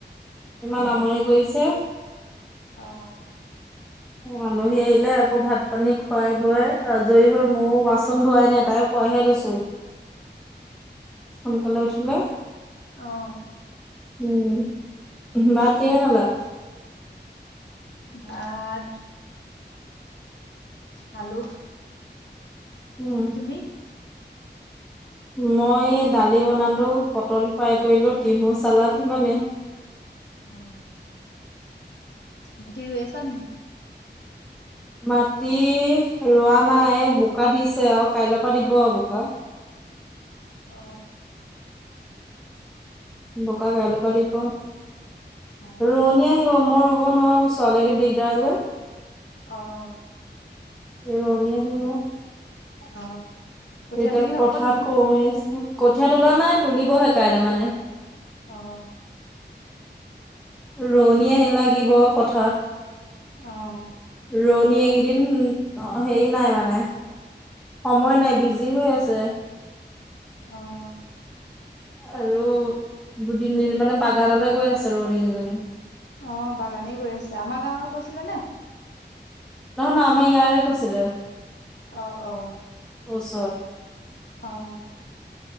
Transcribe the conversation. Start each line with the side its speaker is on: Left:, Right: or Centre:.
Centre: ইমান
Left: অ',
Centre: আমনি কৰিছে
Left: অ
Centre: আলহী আহিলে আকৌ ভাত পানী খুৱাই বোৱাই আজৰি হৈ মইয়ো বাচন ধোৱাই নাই তাই শুৱাইহে লৈছোঁ সোনকালে উঠিলে
Left: অ',
Centre: উম ভাত কিহে খালা
Left: ভাত হেল্লৌ'
Centre: উম।
Left: তুমি
Centre: মই দালি বনালো পটল ফ্ৰাই কৰিলো টিহু চালাদ সিমানে
Left: অ মাটি ৰুই আছা নি
Centre: মাটি ৰুৱা নাই বোকা দিছে আৰু কাইলৈৰ পৰা দিব আৰু বোকা
Left: অ
Centre: বোকা কাইলৈ পৰা দিব
Left: অ',
Centre: ৰোৱনী আহিব মোৰ ৰোব নোৱাৰো ছোৱালীৰি দিগদাৰ যে
Left: অঁ
Centre: ৰোৱনী আহিব
Left: অ কঠীয়া
Centre: এতিয়া
Left: তুলি হৈ
Centre: পথাৰত
Left: গ'ল নি?
Centre: কু মাৰি আছে। কঠীয়া তোলা নাই, তুলিব'হে কাইলৈ মানে।
Left: অহ।
Centre: ৰুৱনি লাগিব পথাৰত।
Left: অঁহ।
Centre: ৰুয়নী এইকেইদিন অহ', হেৰি নাই মানে- সময় নাই, বিজি হৈ আছে।
Left: অহ।
Centre: আৰু দুদিন-তিনদিন মানে বাগানলৈ গৈ আছে ৰুৱনি কেইজনী।
Left: অঁ', বাগানেই গৈ আছে। আমাৰ গাঁৱৰ কৈছিলে নে?
Centre: নহয় ন আমাৰ ইয়াৰে কৈছিলে।
Left: অহ', -অহ',
Centre: ওচৰত
Left: -অঁহ-।